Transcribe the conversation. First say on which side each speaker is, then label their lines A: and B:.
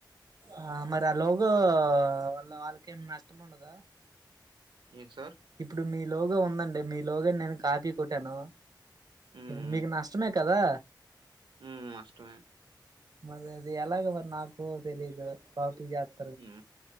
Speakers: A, on the right; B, on the right.
A: ఆ మరి ఆ లోగో వాళ్ళ వాళ్ళకేం నష్టం ఉండదా
B: ఏంట్ సార్
A: ఇప్పుడు మీ లోగో ఉందండి మీ లోగోన్ నేను కాపీ కొట్టాను
B: ఉమ్
A: ఇప్పుడు మీకు నష్టమే కదా
B: ఉమ్ నష్టమే
A: మరి అది ఎలాగ మరి నాకు తెలీదు కాపీ జేత్
B: ఉం